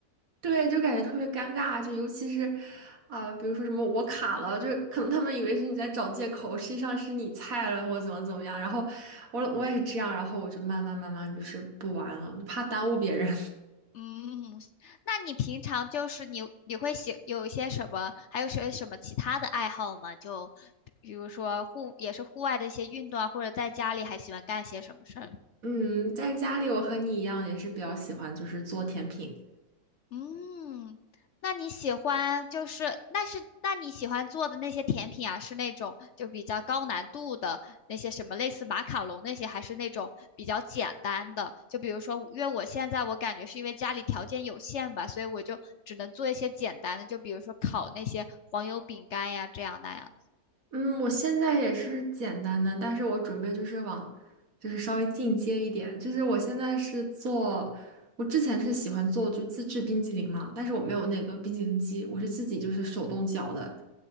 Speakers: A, on the right; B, on the left.
A: 对，就感觉特别尴尬，就尤其是，啊、比如说什么我卡了，就是可能他们以为是你在找借口，实际上是你菜了或怎么怎么样，然后我我也是这样，然后我就慢慢慢慢就是不玩了，就怕耽误别人。
B: 嗯，那你平常就是你你会喜有一些什么，还有些什么其他的爱好吗？就比如说户也是户外的一些运动啊，或者在家里还喜欢干些什么事儿？
A: 嗯，在家里我和你一样，也是比较喜欢就是做甜品。
B: 嗯，那你喜欢就是，那是那你喜欢做的那些甜品啊，是那种就比较高难度的那些什么类似马卡龙那些，还是那种比较简单的？就比如说，因为我现在我感觉是因为家里条件有限吧，所以我就只能做一些简单的，就比如说烤那些黄油饼干呀，这样那样的。
A: 嗯，我现在也是简单的，但是我准备就是往，就是稍微进阶一点。就是我现在是做，我之前是喜欢做就自制冰激凌嘛，但是我没有那个冰激凌机，我是自己就是手动搅的。